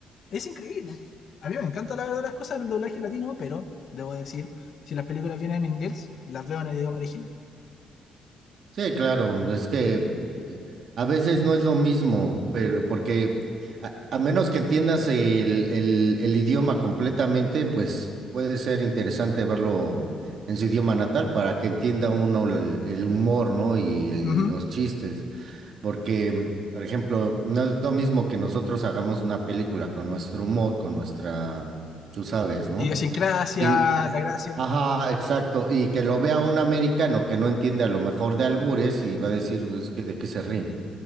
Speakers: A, on the left; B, on the right.
A: Es increíble. A mí me encanta la verdad las cosas del doblaje latino, pero debo decir, si las películas vienen en inglés, las veo en el idioma original.
B: Sí, claro, es que a veces no es lo mismo, pero porque a, a menos que entiendas el, el, el idioma completamente, pues puede ser interesante verlo en su idioma natal para que entienda uno el, el humor, ¿no? Y el-
A: Ujú.
B: los chistes, porque, mm, por ejemplo, no es lo mismo que nosotros hagamos una película con nuestro humor, con nuestra, tú sabes, ¿no?
A: Idiosincrasia,
B: Y,
A: la gracia.
B: ajá, exacto. Y que lo vea un americano que no entiende a lo mejor de albures y va a decir, pues, que de qué se ríen,